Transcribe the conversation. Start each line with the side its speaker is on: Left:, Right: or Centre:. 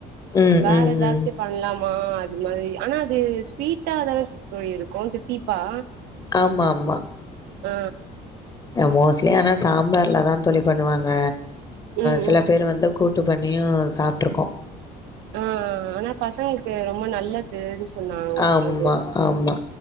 Left: ம்
Right: வேற
Left: ம்
Right: எதாச்சு
Left: ம்
Right: பண்ணலாமா அது மாதிரி ஆனா அது ஸ்வீட்டா தான தோழி இருக்கு தீத்தீப்பா
Left: ஆம்மாம்மா
Right: அ
Left: மோஸ்ட்லி ஆனா சாம்பார்லதா தோழி பண்ணுவாங்க
Right: ம் ம்
Left: சில பேரு வந்து கூட்டு பண்ணியு சாப்ட்டு இருக்கோ
Right: ஆ ஆனா பசங்களுக்கு ரொம்ப நல்ல துனு சொன்னாங்க
Left: ஆம்மா
Right: அது
Left: ஆம்மா